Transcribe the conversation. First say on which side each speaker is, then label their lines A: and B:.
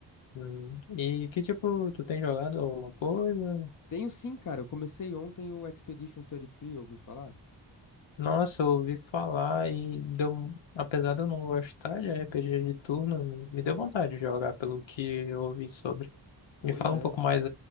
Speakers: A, on the left; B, on the left.
A: hum, e que tipo, tu tem jogado alguma coisa?
B: Tenho sim, cara, eu comecei ontem o Expedition 33, ouviu falar?
A: Nossa, eu ouvi falar e deu, apesar de eu não gostar de RPG de turno, me deu vontade de jogar pelo que eu ouvi sobre. Me
B: Pois
A: fala
B: é.
A: um pouco mais